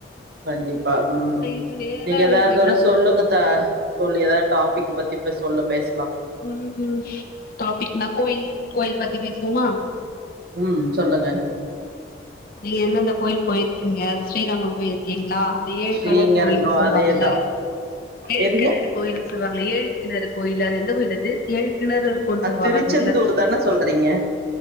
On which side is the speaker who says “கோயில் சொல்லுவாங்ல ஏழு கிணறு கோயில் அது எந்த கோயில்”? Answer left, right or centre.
Left